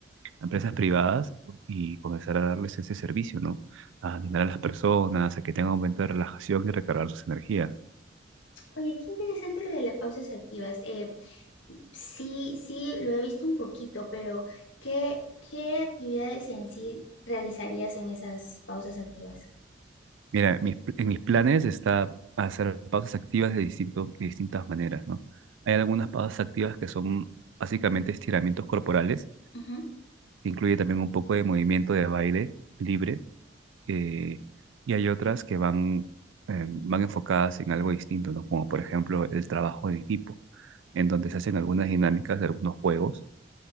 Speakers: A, on the right; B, on the left.
A: a empresas privadas y comenzar a darles ese servicio, ¿no? A animar a las personas, a que tengan un momento de relajación y recargar sus energías.
B: Oye, qué interesante lo de las pausas activas. Eh, Sí, sí, lo he visto un poquito, pero ¿qué, qué actividades en sí realizarías en esas pausas activas?
A: Mira, mis, en mis planes está hacer pausas activas de, distinto- de distintas maneras, ¿no? Hay algunas pausas activas que son básicamente estiramientos corporales,
B: Ujú.
A: que incluye también un poco de movimiento de baile libre, eh, y hay otras que van, eh, van enfocadas en algo distinto, ¿no? Como por ejemplo el trabajo en equipo, en donde se hacen algunas dinámicas de algunos juegos